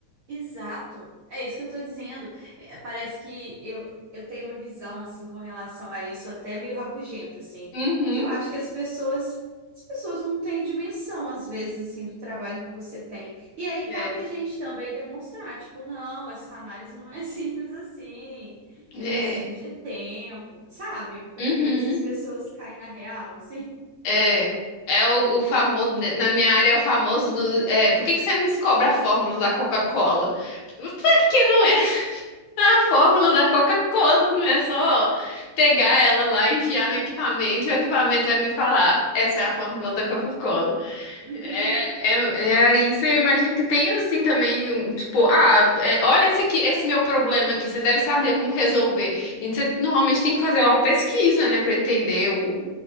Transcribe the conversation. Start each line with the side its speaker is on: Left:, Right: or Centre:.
Right: Exato. É isso que eu tô dizendo. É, parece que eu, eu tenho uma visão assim com relação a isso até meio rabugenta assim,
Left: Uhum.
Right: que eu acho que as pessoas as pessoas não têm dimensão às vezes assim do trabalho que você tem. E aí
Left: É.
Right: cabe a gente também demonstrar, tipo, não, essa análise não é <laughs> simples assim.
Left: É.
Right: Eu preciso de tempo, sabe? Para
Left: Uhum.
Right: para ver se as pessoas caem na real, assim.
Left: É. É o, o famoso, na minha área é o famoso do. é, por que que você não descobre a fórmula da Coca-Cola? Tipo, Por que não é <laughs> a fórmula da Coca-Cola? Não é só pegar ela lá, enfiar no equipamento e o equipamento vai me falar: essa é a fórmula da Coca-Cola.
Right: Uhum.
Left: É, é isso, eu imagino que tem assim também, um, tipo, ah, é, olha esse aqui, esse meu problema aqui, você deve saber como resolver. E você normalmente tem que fazer uma pesquisa, né, pra entender o,